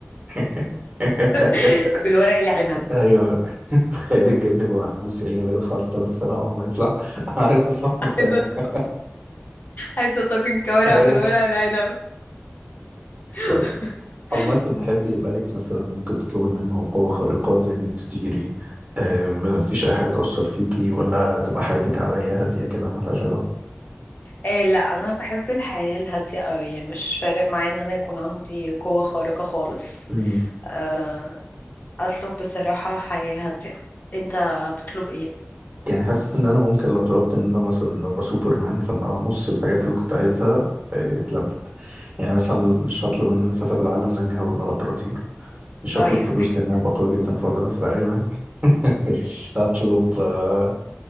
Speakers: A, on the right; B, on the left.
A: <laughs>
B: <laughs> بالورق العنب
A: ايوه <laughs> تخيل الجن يبقى محبوس يا عيني بقاله 5000 سنه اول ما يطلع انا عايز اصحنك
B: عايزة
A: <laughs>
B: عايزة طاجن كوارع
A: ايوه
B: بالورق العنب
A: طب
B: <laughs>
A: عامة تحبي
B: مم.
A: يبقى لك مثلا ممكن تطلبي منه قوة خارقة زي انك تطيري آه ما فيش اي حاجة تأثر فيكي ولا تبقى حياتك عادية هادية كده مالهاش غرض
B: إيه لا انا بحب الحياه الهاديه قوي مش فارق معايا ان انا يكون عندي قوه خارقه خالص
A: امم
B: آه، اطلب بصراحة حياة هادية انت هتطلب ايه
A: يعني حاسس ان انا ممكن لو طلبت ان انا مثلا ابقى سوبرمان فانا نص الحاجات اللي كنت عايزها آه، اتلبت يعني مثلا مش هطلب ان انا اسافر العالم لاني هبقى بقدراتي مش
B: ايوه
A: هطلب فلوس
B: <laughs>
A: لأن هبقى قوي جدا فأقدر أسرق أي بنك <laughs> مش هطلب آه،